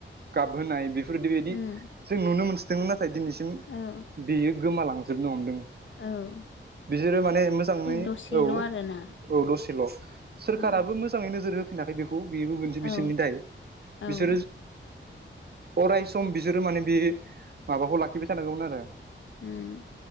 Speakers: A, on the right; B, on the left.
A: गाबहोनाय बेफोरदिबायदि
B: उम
A: जों नुनो मोनसोदोंमोन नाथाय दिनैसिम
B: औ
A: बेयो गोमालांजोबनो हमदों
B: औ
A: बिसोरो माने मोजाङै
B: दसेल'
A: औ
B: आरोना
A: औ दसे सोरखाराबो
B: उम
A: मोजाङै नोजोर होफैनाखै बेखौ खौ बेबो मोनसै
B: औ
A: बिसोरनि दायो
B: औ
A: बिसोरो‌ अराय सम बिसोरो माने बे माबाखौ लाखिबाय थानांगौमोन आरो
B: उम